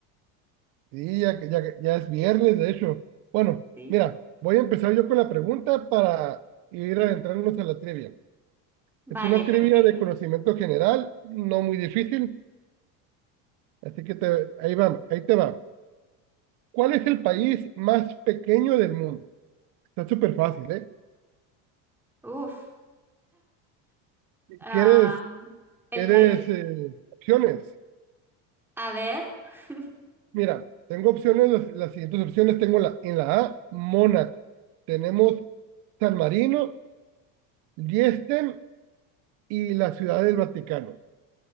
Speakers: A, on the right (about 60°); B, in the centre.
A: Sí, ya, que- ya, que- ya es viernes, de hecho. Bueno,
B: Sí.
A: mira, voy a empezar yo con la pregunta para ir adentrándonos a la trivia.
B: Vale,
A: Es una trivia
B: perfecto.
A: de conocimiento general, no muy difícil, así que te- ahí va, ahí te va. ¿Cuál es el país más pequeño del mundo? Está súper fácil, ¿eh?
B: Uf, ah,
A: ¿Quieres,
B: el
A: quieres
B: país.
A: eh, opciones?
B: A ver, <laughs>
A: Mira, tengo opciones, las, las siguientes opciones tengo la, en la A, Mónaco. Tenemos San Marino, Liechtenstein y la Ciudad del Vaticano.